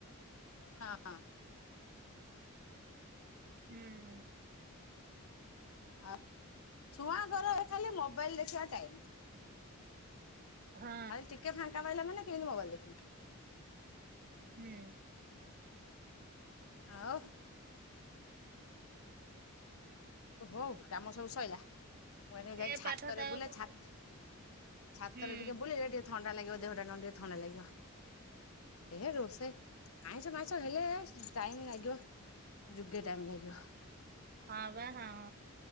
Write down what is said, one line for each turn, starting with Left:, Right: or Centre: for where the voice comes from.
Left: ହଁ।
Right: ହୁଁ।
Left: ଆଉ ଛୁଆଙ୍କର ଖାଲି ମୋବାଇଲ ଦେଖିବା ଟାଇମ୍।
Right: ହଁ
Left: ଖାଲି ଟିକେ ଫାଙ୍କା ପାଇଲେ, ମାନେ କେମିତି ମୋବାଇଲ ଦେ
Right: ହୁଁ।
Left: ଆଉ
Right: ହୁଁ।
Left: ଓ ହୋଉ କାମ ସବୁ ସଇଲା। ମୁଁ ଏଇନା ଯାଇ
Right: ଏ
Left: ଛାତରେ
Right: ପାଠ ତାକୁ
Left: ବୁଲେ, ଛା ଛାତରେ
Right: ହୁଁ
Left: ଟିକେ ବୁଲେ ଟିକେ। ଯ ଥଣ୍ଡା ଲାଗିବ, ଦେହଟା ନହେଲେ ଟିକେ ଥଣ୍ଡା ଲାଗିବ। ଏ ରୋଷେଇ ଆଇଁଷ ମାଇଁସ ହେଲେ ଟାଇମ୍ ଲାଗିବ। ଯୁଗେ ଟାଇମ୍ ଲାଗିବ।
Right: ହଁ ବା ହଁ।